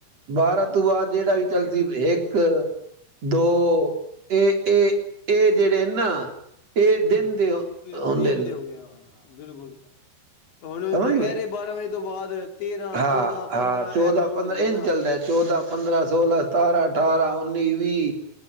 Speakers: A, on the right (about 35°); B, on the left (about 80°).
A: ਬਾਰਾਂ ਤੋਂ ਬਾਅਦ ਜਿਹੜਾ ਵੀ ਚੱਲਦੀ ਵੀ ਇੱਕ ਇਕ ਦੋ ਇਹ, ਇਹ, ਇਹ ਜਿਹੜੇ ਨਾ <unintelligible>
B: ਹੂੰ
A: ਦਿਨ ਦੇ ਹੁੰਦੇ
B: ਦੇਣ
A: ਨੇ
B: ਦਿਓਗੇ ਹਾਂ। ਬਿਲਕੁਲ ਹੁਣ
A: ਸਮਝ
B: ਦੁਪਹਿਰੇ
A: ਗਏ
B: ਬਾਰਾਂ ਵਜੇ ਤੋ ਬਾਅਦ ਤੇਰਾਂ
A: ਹਾਂ,
B: ਚੌਦਾਂ ਪੰਦਰਾਂ
A: ਹਾਂ ਚੌਦਾਂ,
B: ਇਹ ਕਾਊਂਟ
A: ਪੰਦਰਾਂ
B: ਹੁੰਦੇ
A: ਇਹ
B: ਨਾ
A: ਨਹੀਂ ਚੱਲਦਾ ਚੌਦਾਂ, ਪੰਦਰਾਂ, ਸੋਲਾਂ, ਸਤਾਰਾਂ, ਅਠਾਰਾਂ ਨੇ ਵੀ